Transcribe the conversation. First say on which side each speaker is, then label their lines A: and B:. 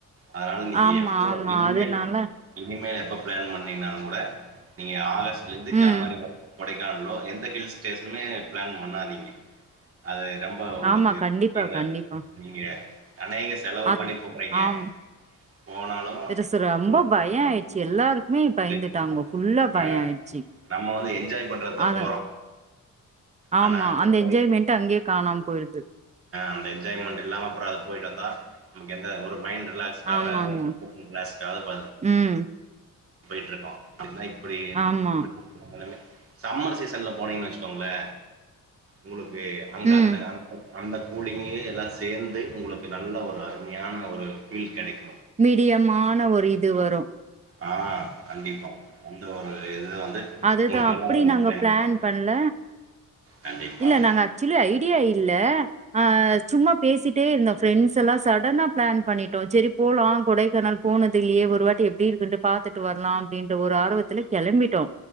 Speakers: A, on the right; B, on the right.
A: அதனால நீங்க
B: ஆமா
A: எப்போவு
B: ஆமா
A: இனிமேல்
B: அதனால
A: இனிமேல் எப்ப பிளான் பண்ணீங்கனாலு கூட நீங்க ஆகஸ்ட் லந்து
B: ம்
A: ஜனவரி வர கொடைக்கானலோ எந்த ஹில் ஸ்டேஷனுமே பிளான் பண்ணாதீங்க அது ரொம்ப உங்களுக்கு
B: ஆமா கண்டிப்பா
A: <unintelligible>
B: கண்டிப்பா
A: நீங்க நறைய செலவு
B: அத்
A: பண்ணி போறீங்க
B: ஆம்
A: போனாலு
B: திருசு ரொம்ப
A: உங்களுக்கு
B: பய
A: வந்து பாத்தீங்கனா
B: ஆயிடுச்சு எல்லாருக்குமே பயந்துட்டாங்க
A: அது
B: ஃபுல்லா பய
A: ஆ
B: ஆயிடுச்சு
A: நம்ம வந்து என்ஜாய் பண்றத்தா
B: அத
A: போறோ ஆனா
B: ஆமா
A: அங்க
B: அந்த
A: போய்
B: என்ஜாய்மெண்ட் அங்கேயே காணாம போயிருது
A: அந்த என்ஜாய்மெண்ட் இல்லாம அப்புறோ அது போயிட்டு வந்தா நமக்கு எந்த ஒரு மைண்ட் ரிலாக்ஸ்க்காக
B: ஆமாங்க
A: ரிலாஸ்க்காக பன்னது
B: ம்
A: போயிட்ருக்கோ அதுதாய் அப்டியேன்
B: ஆமா
A: இப்ட <unintelligible> நெலம சம்மர் சீசன்ல போனீங்கன்னு வச்சுக்கோங்களே உங்களுக்கு குஅங்க
B: ம்
A: அந்த அந்த அந்த கூலிங்கு எல்லா சேர்ந்து உங்களுக்கு நல்ல ஒரு அருமையான ஒரு ஃபீல் கடைக்கு
B: மீடியமான ஒரு இது வரு
A: ஆ கண்டிப்பா இந்த ஒரு இது வந்து
B: அதுதா
A: உங்களுக்கு நல்லா
B: அப்படி
A: என்ஜாய்மெண்ட்டா
B: நாங்க பிளான்
A: இருக்கும்.
B: பண்ல
A: கண்டிப்பாங்க.
B: இல்ல நாங்க ஆக்சுவலி ஐடியா இல்ல ஆ சும்மா பேசிட்டே இருந்தோ ஃப்ரெண்ஸ் எல்லா ஸடனா பிளான் பண்ணிட்டோ சரி போலா கொடைக்கானல் போனது இல்லையே ஒரு வாட்டி எப்படி இருக்குன்னு பாத்துட்டு வரலா அப்படின்ற ஒரு ஆர்வத்துல கெளம்பிட்டோ